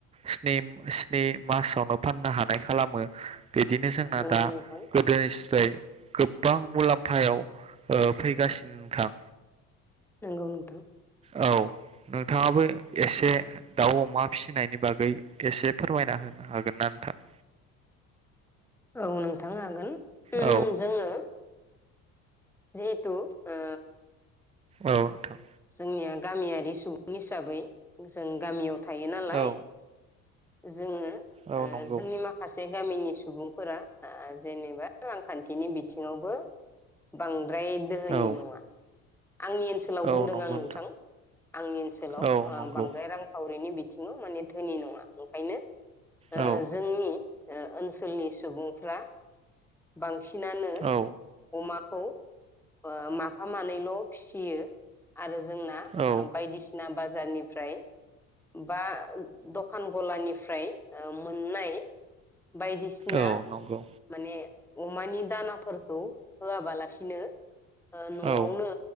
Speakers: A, on the right; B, in the centre.
A: स्नि स्नि मासावनो फाननो हानाय खालामो बिदिनो जोंना
B: नंगौ
A: दा
B: नोंथां
A: गोदोनि स्राय गोबबां मुलाम फायाव ओ फैगासिनो नोंथां
B: नंगौ नोंथां
A: औ नोंथाङाबो एसे दाउ अमा फिसिनायनि बागै एसे फोरमायना होनो हागोन ना नोंथां
B: औ नोंथां हागोन उम
A: औ
B: जोङो जिहेथु ओ
A: औ नोंथां
B: जोंनिया गामियारि सुबुं हिसाबै जों गामियाव थायो नालाय
A: औ
B: जोङो
A: औ
B: ओ
A: नंगौ
B: जोंनि माखासे गामिनि सु सुबुंफोरा आ जेनेबा रांखान्थिनि बिथिङावबो बां द्राय दोहोनि
A: औ
B: नङा। आंनि
A: औ
B: बुंदों
A: नंगौ
B: आं नोंथां आंनि ओनसोलाव
A: औ
B: ओ
A: नंगौ
B: बांद्राय रांफावरिनि बि थिङाव माने धोनि नङा ओंखायनो ओ
A: औ
B: जोंनि ओ ओनसोलनि सुबुंफ्रा बां बांसिनानो
A: औ
B: अमाखौ ओ माफा मानैल फिसियो आरो जोंना
A: औ
B: ओ बायदिसिना बाज जारनिफ्राय बा दखान गलानिफ्राय मोननाय बायदिसिना
A: औ नंगौ
B: माने अमानि दानाफोरखौ होआबालासिनो ओ नआवनो
A: औ